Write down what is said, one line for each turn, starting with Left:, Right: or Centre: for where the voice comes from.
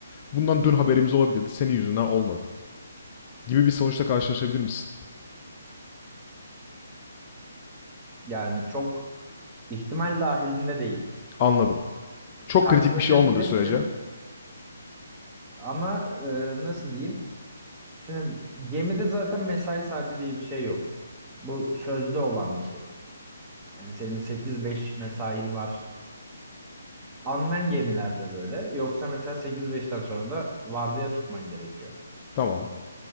Left: Bundan dün haberimiz olabilirdi. Senin yüzünden olmadı. Gibi bir sonuçla karşılaşabilir misin?
Right: Yani çok ihtimal dahilinde değil.
Left: Anladım. Çok
Right: Karşılaşabilirsin
Left: kritik bir şey olmadığı sürece
Right: ama e, nasıl diyeyim? Şimdi gemide zaten mesai saati diye bir şey yok. Bu sözde olan bir şey. Yani senin sekiz beş mesain var. Unmanned gemilerde böyle. Yoksa mesela sekiz beşten sonra da vardiya tutman gerekiyor.
Left: tamam.